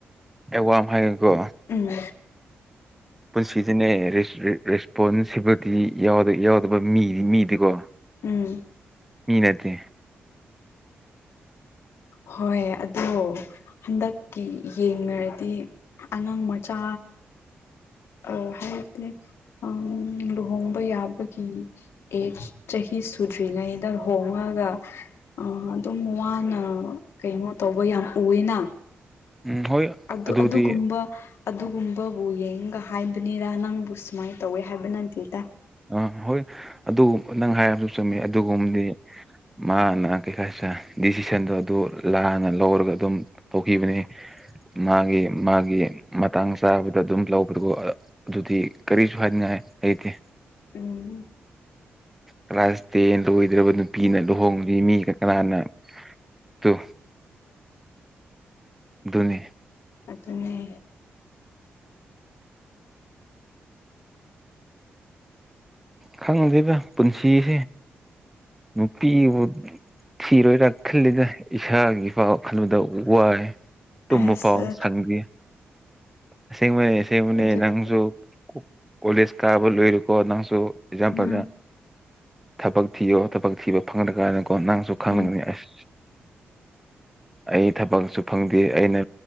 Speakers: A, in the centre; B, on the left.
A: ꯑꯦꯋꯥꯝ ꯍꯥꯏꯒꯦꯀꯣ
B: ꯎꯝ
A: ꯄꯨꯟꯁꯤꯗꯅꯦ ꯔꯦꯁ ꯔꯦꯁꯄꯣꯟꯁꯤꯕꯜꯇꯤ ꯌꯥꯎꯗ ꯌꯥꯎꯗꯕ ꯃꯤꯗꯤ ꯃꯤꯗꯤꯀꯣ
B: ꯎꯝ
A: ꯃꯤꯅꯠꯇꯦ
B: ꯍꯣꯏ ꯑꯗꯣ ꯍꯟꯗꯛꯀꯤ ꯌꯦꯡꯅꯔꯗꯤ ꯑꯉꯥꯡ ꯃꯆꯥ ꯑ <inaudible> ꯑ ꯂꯨꯍꯣꯡꯕ ꯌꯥꯕꯒꯤ ꯑꯦ ꯆꯍꯤ ꯁꯨꯗ꯭ꯔꯤꯉꯩꯗ ꯂꯨꯍꯣꯡꯉꯒ ꯑ ꯑꯗꯨꯝ ꯋꯥꯅ ꯀꯩꯅꯣ ꯇꯧꯕ ꯌꯥꯝ ꯎꯏꯅ
A: ꯎꯝ ꯍꯣꯏ
B: ꯑꯗꯨ
A: ꯑꯗꯨꯗꯤ
B: ꯑꯗꯨꯒꯨꯝꯕ ꯑꯗꯨꯒꯨꯝꯕꯕꯨ ꯌꯦꯡꯒ ꯍꯥꯏꯕꯅꯤꯗꯥ ꯅꯪꯕꯨ ꯁꯨꯃꯥꯏꯅ ꯇꯧꯋꯦ ꯍꯥꯏꯕ ꯅꯇꯦꯗꯥ
A: ꯑꯥ ꯍꯣꯏ ꯑꯗꯨꯒꯨꯝ ꯅꯪ ꯍꯥꯏꯕꯁꯨ ꯆꯨꯝꯃꯤ ꯑꯗꯨꯒꯨꯝꯕꯗꯤ ꯃꯥꯅ ꯀꯩꯀꯥꯁꯤꯔꯥ ꯗꯤꯁꯤꯖꯟꯗꯣ ꯑꯗꯨ ꯂꯥꯟꯅ ꯂꯧꯔꯒ ꯑꯗꯨꯝ ꯇꯧꯈꯤꯕꯅꯤ ꯃꯥꯒꯤ ꯃꯥꯒꯤ ꯃꯇꯥꯡ ꯆꯥꯕꯗ ꯑꯗꯨꯝ ꯂꯧꯕꯗꯨꯀꯣ ꯑꯗꯨꯗꯤ ꯀꯔꯤꯁꯨ ꯍꯥꯏꯅꯤꯡꯉꯥꯏ ꯂꯩꯇꯦ
B: <unintelligible>
A: ꯀ꯭ꯂꯥꯁ ꯇꯦꯟ ꯂꯣꯏꯗ꯭ꯔꯕ ꯅꯨꯄꯤꯅ ꯂꯨꯍꯣꯡꯕꯗꯤ ꯃꯤꯒ ꯀꯅꯥꯅ ꯇꯨ ꯗꯨꯅꯦ
B: ꯑꯗꯨꯅꯦ
A: ꯈꯪꯗꯦꯗ ꯄꯨꯟꯁꯤꯁꯦ ꯅꯨꯄꯤꯕꯨ ꯊꯤꯔꯣꯏꯔꯥ ꯈꯜꯂꯤꯗ ꯏꯁꯥꯒꯤꯐꯎ ꯈꯟꯕꯗ ꯋꯥꯏ ꯇꯨꯝꯕꯐꯥꯎ
B: ꯑꯁ
A: ꯁꯪꯗꯦ ꯑꯁꯦꯡꯕꯅꯦ ꯑꯁꯦꯡꯕꯅꯦ
B: ꯑꯗꯨꯗꯤ
A: ꯅꯪꯁꯨ ꯀꯣ ꯀꯣꯂꯦꯖ ꯀꯥꯕ ꯂꯣꯏꯔꯨꯀꯣ ꯅꯪꯁꯨ ꯑꯦꯛꯖꯥꯝꯄꯜꯗ
B: ꯎꯝ
A: ꯊꯕꯛ ꯊꯤꯌꯣ ꯊꯕꯛ ꯊꯤꯕ ꯐꯪꯗ꯭ꯔꯀꯥꯟꯗꯀꯣ ꯅꯪꯁꯨ <unintelligible>
B: ꯎꯝ
A: ꯑꯁ
B: <unintelligible>
A: ꯑꯩ ꯊꯕꯛꯁꯨ ꯐꯪꯗꯦ ꯑꯩꯅ